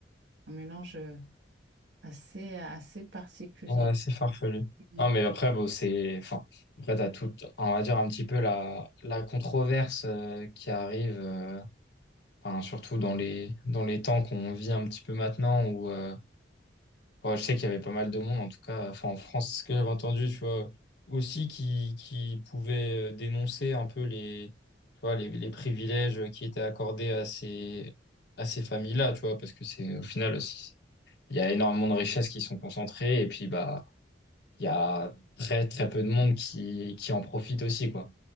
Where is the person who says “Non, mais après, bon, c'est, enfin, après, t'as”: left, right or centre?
Left